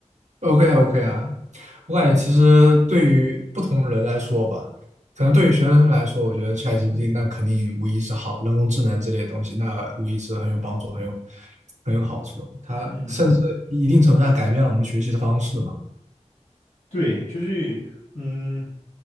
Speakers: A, on the right (about 70°); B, on the left (about 85°).
A: ，OK OK 啊，我感觉其实对于不同人来说吧，可能对于学生来说，我觉得 ChatGPT 那肯定无疑是好，人工智能之类的东西，那无疑是很有帮助、很有很有好处的。它甚至一定程度上改变了我们学习的方式嘛。
B: 嗯。对，就是嗯。